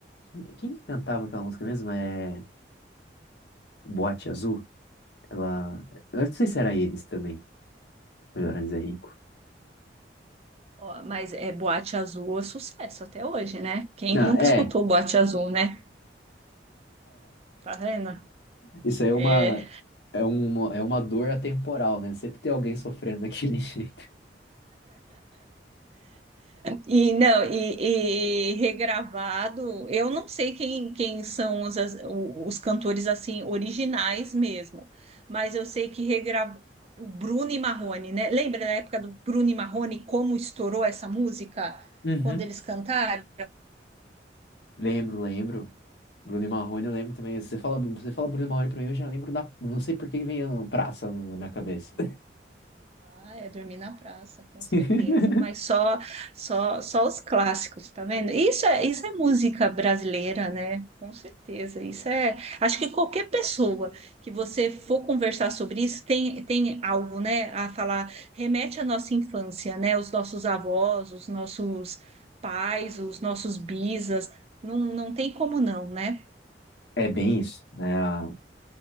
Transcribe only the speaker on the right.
Ó, mas é Boate Azul é sucesso até hoje, né? Quem
nunca
escutou Boate Azul, né? Tá vendo?
É,
e não, e, e regravado, eu não sei quem, quem são os, as- o- os cantores assim originais mesmo, mas eu sei que regravou o Bruno e Marrone, né? Lembra da época do Bruno e Marrone, como estourou essa música
quando eles cantaram?
Ah, é dormir na praça, com
certeza. Mas só, só, só os clássicos, tá vendo? Isso é, isso é música brasileira, né? Com certeza. Isso é. Acho que qualquer pessoa que você for conversar sobre isso tem, tem algo, né, a falar. Remete à nossa infância, né? Os nossos avós, os nossos pais, os nossos bisas. Não, não tem como não, né?